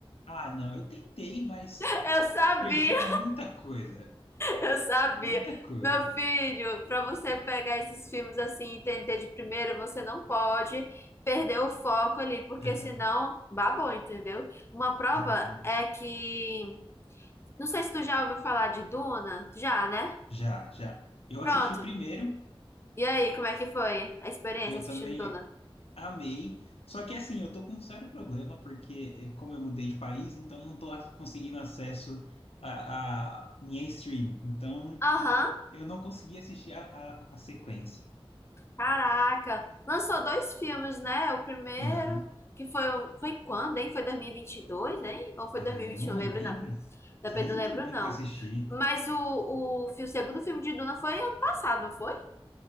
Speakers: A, on the left; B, on the left.
A: Ah, não, eu tentei, mas
B: <laughs> Eu sabia,
A: perdia muita coisa.
B: eu sabia.
A: Muita coisa.
B: Meu filho, para você pegar esses filmes assim e entender de primeiro, você não pode perder o foco ali, porque
A: Aham,
B: senão babou, entendeu? Uma prova
A: É verdade.
B: é que. Não sei se tu já ouviu falar de Duna. Já, né?
A: Já, já. Eu
B: Pronto.
A: assisti o primeiro,
B: E aí, como é que foi a experiência
A: eu
B: assistindo
A: também
B: Duna?
A: amei. Só que assim, eu tô com um sério problema, porque eh, como eu mudei de país, então não tô a- conseguindo acesso a, a minha stream. Então.
B: Aham,
A: Eu não consegui assistir a, a, a sequência.
B: Caraca, lançou dois filmes, né? O primeiro,
A: Ah,
B: que foi, o- foi quando, hein? Foi 2022, hein? Ou foi
A: Ai,
B: 2021?
A: eu não
B: Lembro
A: lembro.
B: não. Também
A: Faz
B: não
A: um
B: lembro
A: tempinho
B: não.
A: que eu assisti.
B: Mas o, o, fi- o segundo filme de Duna foi ano passado, não foi?